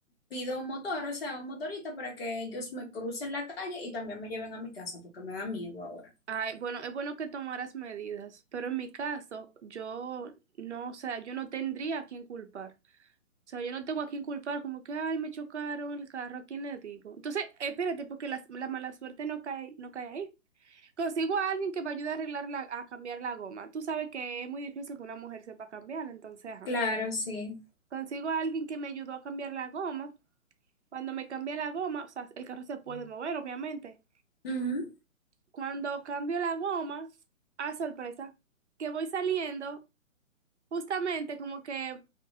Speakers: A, on the left; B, on the right.
A: pido un motor, o sea, un motorista para que ellos me crucen la calle y también me lleven a mi casa porque me da miedo ahora.
B: Ay, bueno, es bueno que tomaras medidas, pero en mi caso, yo no, o sea, yo no tendría a quién culpar. O sea, yo no tengo a quién culpar, como que, ay, me chocaron el carro, ¿a quién le digo? Entonces, espérate, porque la, la mala suerte no cae, no cae ahí. Consigo a alguien que me ayude a arreglar la, a cambiar la goma. Tú sabes que es muy difícil que una mujer sepa cambiar, entonces, ajá.
A: Claro, sí.
B: Consigo a alguien que me ayudó a cambiar la goma. Cuando me cambié la goma, o sea, el carro se puede mover, obviamente.
A: Ujú.
B: Cuando cambio la goma, a sorpresa, que voy saliendo, justamente como que